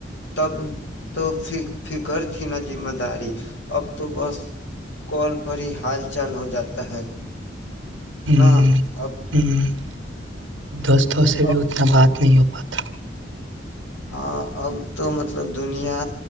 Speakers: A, on the left (about 70°); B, on the right (about 80°).
A: تب تو فکر تھی نہ ذمہ داری اب تو بس کال پر ہی حال چال ہو جاتا ہے
B: ہمم
A: نا اب
B: ہمم اب دوستوں سے
A: اب
B: بھی اتنا بات نہیں ہو پاتا
A: ہاں اب تو مطلب دنیا